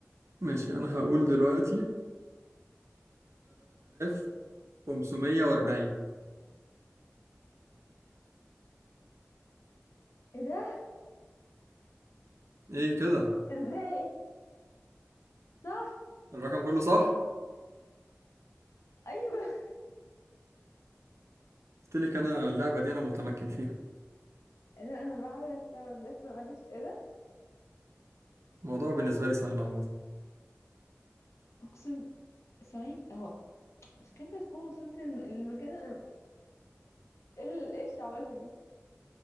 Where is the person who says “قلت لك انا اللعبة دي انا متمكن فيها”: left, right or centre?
Right